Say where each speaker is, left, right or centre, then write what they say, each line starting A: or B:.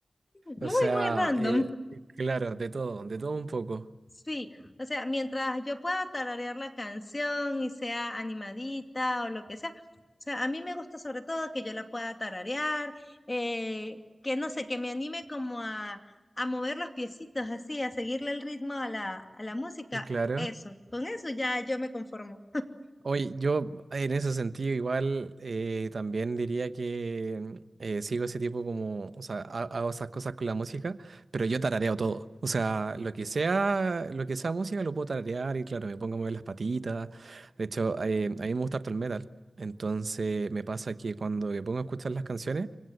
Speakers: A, on the left; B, on the right.
A: muy,
B: O sea,
A: muy random.
B: eh, claro, de todo, de todo un poco.
A: Sí, o sea, mientras yo pueda tararear la canción y sea animadita o lo que sea, o sea, a mí me gusta sobre todo que yo la pueda tararear, eh, que no sé, que me anime como a, a mover los piecitos así, a seguirle el ritmo a la, a la música,
B: Claro.
A: eso, con eso ya yo me conformo.
B: Oye, yo en ese sentido igual eh, también diría que eh, sigo ese tipo como, o sea, ha- hago esas cosas con la música, pero yo tarareo todo. O sea, lo que sea, lo que sea música lo puedo tararear y claro, me pongo a mover las patitas. De hecho, eh, a mí me gusta harto el metal. Entonces me pasa que cuando me pongo a escuchar las canciones,